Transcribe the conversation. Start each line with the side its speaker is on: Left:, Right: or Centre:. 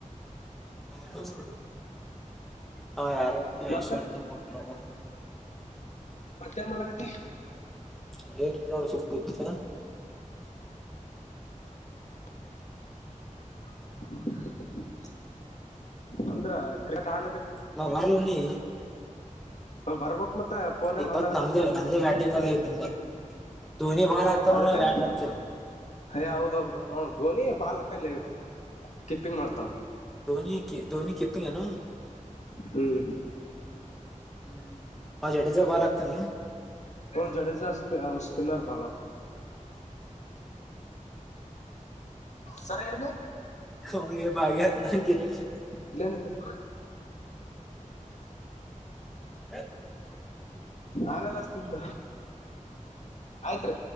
Centre: ಕಸಟ್ಟ ಹಾ ಯರೋಗ ಐಶ್ವರ್ಯೂರೋಗ
Left: ಮತ್ತ ಮತ್ತೇನ್ ಮಾಡಕ್ಕತ್ತಿ
Centre: <unintelligible> ರಿಲ್ಲ ನೋಡು ಸು ಗತ್ತಸ
Left: <inaudible> ಅಂದ್ರ ಕ್ರಿಕೆಟ್ ಆಗ್ಲ
Centre: ನ ಮರಲ ನೀ
Left: ಬರ್ಬಕ್ ಮತ್ತ ಪೋನ
Centre: ಈಗ
Left: ಮಾತಾಡ್ಕತ್ತನಲ್ಲ
Centre: ಬತ್ ನಮ್ದೇ ನಂದೇ ಬ್ಯಾಟಿಂಗ್ ಅದ ಈಗ ಮುಂದ ಧೋನಿ ಬಾಲ್ ಹಾಕ್ತಾನೋ
Left: ಅದಕಲ್ಲೇ
Centre: ನಾ ಬ್ಯಾಟ್ ಹಾಕ್ತೇನಿ
Left: ಯ ಹೌದೌದ ಹ ಧ್ವನಿ ಬಾಲ್ ಹಕಲ್ಲ ಕೀಪಿಂಗ್ ಮಾಡ್ತನ್
Centre: ಧೋನಿ ಧೋನಿ ಕಪಿಂಗ್ ನ
Left: ಹ್ಮ್
Centre: ಹ್ಮ್ ಜಡೇಜಾ ಬಾಲ್ ಆಗ್ತಲ್ನು
Left: ಹ ಜಡೇಜಾ ಸ್ ಸ್ಪಿನರ್ ಭಲ್ ಸರಿ ಹೇಳಿ
Centre: ಸಯ ಭಾಗ್ಯಂತ ಕಿರಣ ಸಕ
Left: ಇಲ್ಲೇ ನಿಂದ್ರಿ
Centre: <inaudible>
Left: ಆಮೇಲೆ ಹಚ್ತಿಂತ ಆಯ್ತ್ರಿ